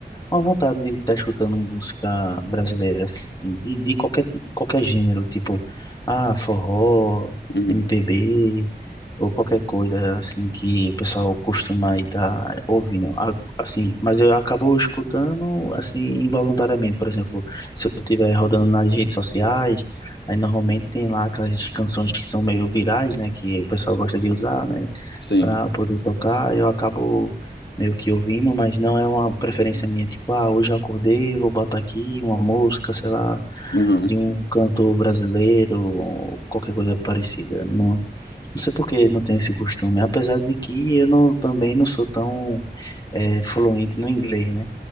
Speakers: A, on the left; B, on the left.
A: uma vontade de estar escutando música brasileira, assim, de, de qualquer, qualquer gênero, tipo, ah, forró,
B: uhum,
A: MPB, ou qualquer coisa, assim, que o pessoal costuma estar ouvindo. Ah, Assim, mas eu acabo escutando, assim, involuntariamente, por exemplo, se eu estiver rodando nas redes sociais, aí normalmente tem lá aquelas canções que são meio virais, né, que o pessoal gosta de usar, né,
B: sim,
A: para poder tocar, eu acabo meio que ouvindo, mas não é uma preferência minha, tipo, ah, hoje eu acordei, vou botar aqui uma música, sei lá,
B: uhum,
A: de um cantor brasileiro, qualquer coisa parecida. Não, não sei por que não tenho esse costume, apesar de que eu não, também não sou tão eh, fluente no inglês, né?